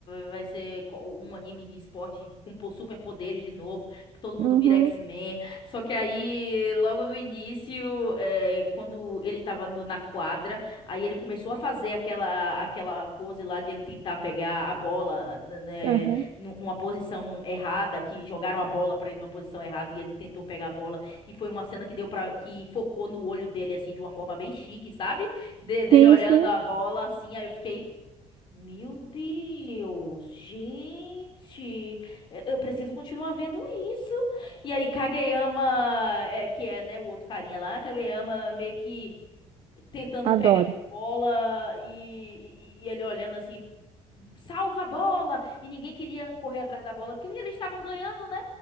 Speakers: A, on the left; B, on the right.
A: vai ser co- um anime de esporte com po- superpoderes de novo, que todo mundo
B: Uhum,
A: vira X-Men. Só que aí, logo no início, é, quando ele tava no- na quadra. Aí ele começou a fazer aquela aquela pose lá de ele tentar pegar a bola, né,
B: uhum.
A: nu- numa posição errada, que jogaram a bola pra ele numa posição errada e ele tentou pegar a bola e foi uma cena que deu para que focou no olho dele assim de uma forma bem chique, sabe? De- dele
B: Sim,
A: olhando
B: sim.
A: a bola assim, aí eu fiquei Meu Deus, gente, eu eu preciso continuar vendo isso. E aí Kageyama, é, que é, né, o outro carinha lá, Kageyama meio que tentando pegar
B: Adoro.
A: a bola e, e- e ele olhando assim, salva a bola! E ninguém queria correr atrás da bola, porque eles estavam ganhando, né?